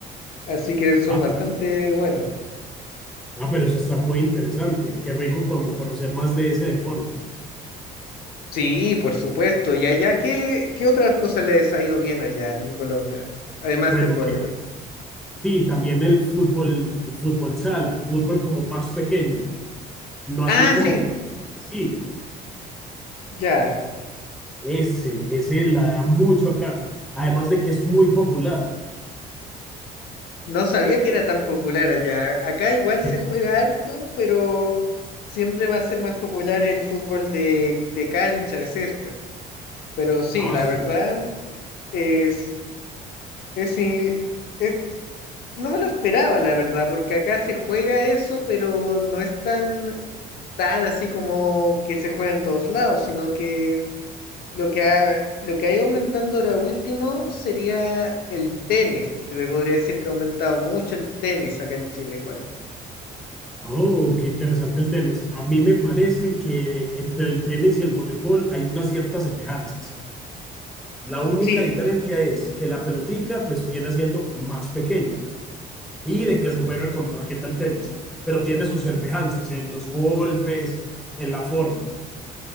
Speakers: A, on the left; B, in the centre.
A: Así que son
B: Ah,
A: bastante buenas.
B: ah, pero eso está muy interesante. Qué rico como conocer más de ese deporte.
A: Sí, por supuesto. ¿Y allá qué, qué otras cosas les ha ido bien allá en Colombia? Además
B: Bueno,
A: del voleibol.
B: eh, sí, también el fútbol, el fútbol sala, fútbol como más pequeño, no así
A: Ah,
B: como
A: sí,
B: por- sí,
A: ya.
B: ese, ese la da mucho acá. Además de que es muy popular.
A: No sabía que era tan popular allá. Acá igual se
B: Eh,
A: juega harto, pero siempre va a ser más popular el fútbol de, de cancha, de césped. Pero sí,
B: Ah,
A: la
B: sí,
A: verdad es, es, i- es- no me lo esperaba, la verdad, porque acá se juega eso, pero no es tan, tan así como que se juega en todos lados, sino que Lo que ha, lo que ha ido aumentando ahora último sería el tenis. Te podría decir que ha aumentado mucho el tenis acá en Chile igual.
B: Oh, qué interesante el tenis. A mí me parece que entre el tenis y el voleibol hay unas ciertas semejanzas. La única
A: Sí,
B: diferencia es que la pelotica pues viene siendo más pequeña y de que se juega con raqueta el tenis, pero tiene sus semejanzas en los golpes, en la forma.